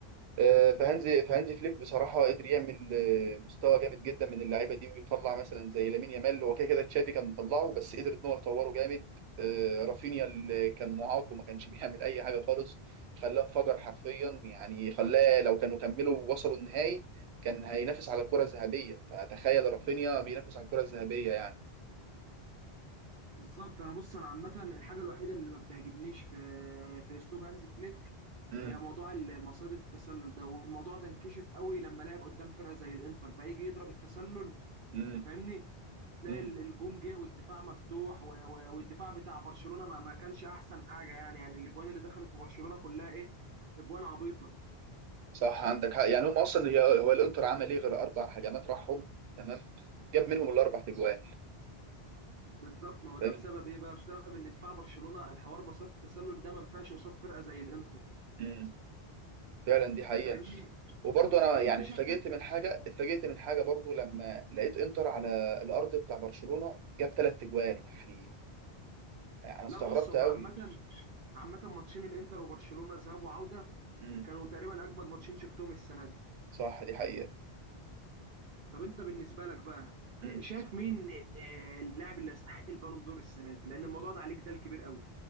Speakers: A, on the right (about 85°); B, on the right (about 60°).
A: آه، فهانزي فهانزي فليك بصراحه قدر يعمل آه، مستوى جامد جدا من اللعيبه دي ويطلع مثلا زي لامين يامال هو كده كده تشافي كان مطلعه بس قدر ان هو يطوره جامد آه، رافينيا اللي كان معاق وما كانش بيعمل اي حاجه خالص خلاه انفجر حرفيا يعني خلاه لو كانوا كملوا وصلوا النهائي كان هينافس على الكره الذهبيه فتخيل رافينيا بينافس على الكره الذهبيه يعني
B: بالظبط انا بص انا عامه الحاجه الوحيده اللي ما بتعجبنيش في في اسلوب هانز فليك
A: امم
B: هي موضوع ال- مصيدة التسلل ده والموضوع ده انكشف قوي لما لعب قدام فرقه زي الانتر بقى يجي يضرب التسلل
A: امم
B: انت فاهمني تلاقي
A: امم
B: ال- الجون جه والدفاع مفتوح و- و- والدفاع بتاع برشلونه ما ما كانش احسن حاجه يعني يعني الاجوان اللي دخلت في برشلونه كلها ايه اجوان عبيطه
A: صح عندك حق يعني هم اصلا هي- هو الانتر عمل ايه غير اربع هجمات راحهم تمام جاب منهم الاربع تجوان
B: بالظبط ما هو ده
A: فاهم
B: بسبب ايه بقى بسبب ان دفاع برشلونه الحوار مصيدة التسلل ده ما ينفعش قصاد فرقه زي الانتر
A: امم فعلا دي حقيقة
B: فاهمني
A: وبرضه انا
B: طب
A: يعني
B: انت شايف
A: اتفاجئت من حاجة اتفاجئت من حاجة برضه لما لقيت انتر على الارض بتاع برشلونة جاب ثلاث اجوال يعني انا استغربت
B: لا بص هم
A: قوي
B: عامة عامة ماتشين الانتر وبرشلونة ذهاب وعودة
A: امم
B: كانوا تقريبا اجمد ماتشين شفتهم السنة دي
A: صح دي حقيقة
B: طب انت بالنسبة لك بقى
A: امم
B: آه، شايف مين آه، اللاعب اللي يستحق البالون دور السنة دي لان الموضوع ده عليك ده الكبير قوي